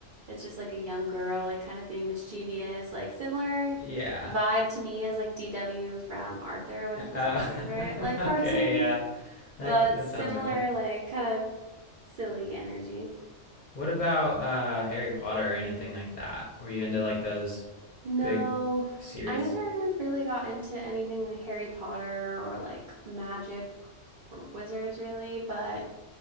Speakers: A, on the right; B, on the left.
A: it's just like a young girl, like kind of being mischievous, like similar
B: Yeah.
A: vibe to me as like DW from Arthur, which was
B: Uh,
A: my favorite
B: <laughs>
A: like
B: okay,
A: cartoon.
B: yeah. That
A: but
B: could, that
A: similar,
B: sounds right.
A: like kind of silly energy.
B: What about uh, Harry Potter or anything like that? Were you into like those
A: No,
B: big series?
A: I never really got into anything like Harry Potter or like magic or wizards really, but